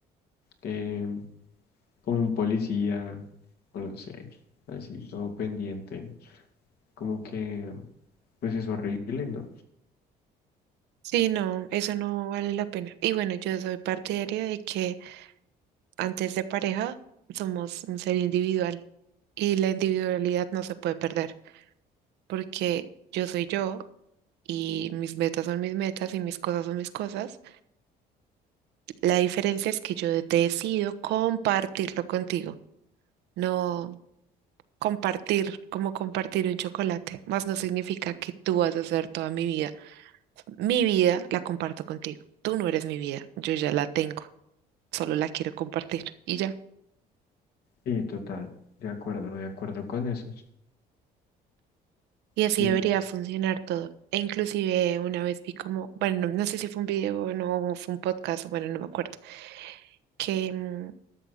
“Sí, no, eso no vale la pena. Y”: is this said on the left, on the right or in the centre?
Right